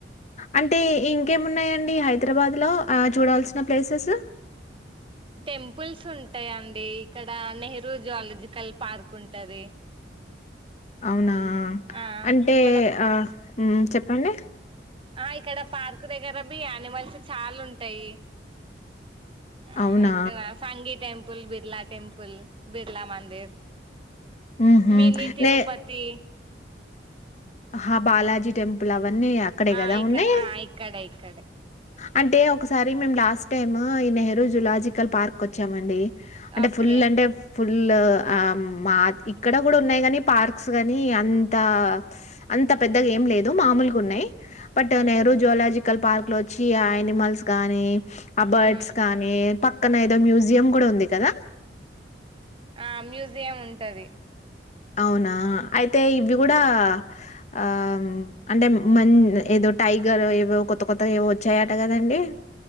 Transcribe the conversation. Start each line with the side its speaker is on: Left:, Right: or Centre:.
Left: అంటే ఇన్ ఇంకేమున్నాయండి హైదరాబాద్ లో చూడాల్సిన ప్లేసెస్
Right: టెంపుల్స్ ఉంటాయండి ఇక్కడ నెహ్రూ జువాలజికల్ పార్క్ ఉంటది
Left: అవునా
Right: ఆ
Left: అంటే
Right: ఇక్కడ
Left: ఆ హుమ్ చెప్పండి
Right: ఆ ఇక్కడ పార్క్ దగ్గర బి యానిమల్స్ చాలా ఉంటాయి ఆ
Left: అవునా
Right: ఇక్కడ సంగీ టెం బిర్లా టెంపుల్ బిర్లా మందిర్
Left: ఊహూ
Right: మినీ తిరుపతి
Left: నే హ బాలా టెంపుల్ అవన్నీ అక్కడే
Right: ఆ
Left: కదా
Right: ఇక్కడ
Left: ఉన్నాయి
Right: ఆ ఇక్కడే ఇక్కడే
Left: అంటే ఒకసారి మేము లాస్ట్ టైమ్ ఈ నెహ్రూ జులాజికల్ పార్క్ వచ్చామండి అంటే
Right: ఓకే
Left: ఫుల్ అంటే ఫుల్ ఆ మా ఇక్కడ కూడా ఉన్నాయి కాని పార్క్స్ గాని అంతా అంత పెద్దగా ఏం లేదు మామూలుగా ఉన్నాయి బట్
Right: హ్మ్
Left: నెహ్రూ జువలజికల్ కల్ పార్క్ లో వచ్చి అనిమల్స్ గాని ఆ బర్డ్స్
Right: హ్మ్
Left: కానీ పక్కన ఏదో మ్యూజియం కూడా ఉంది కదా
Right: ఆ మ్యూజియం ఉంటది
Left: అవునా ఆ అయితే ఇవి కూడా
Right: హ్మ్
Left: ఆ అంటే మ ఏదో టైగర్ ఏవో కొత్త కొత్తగా ఏవో వచ్చాయట కదండి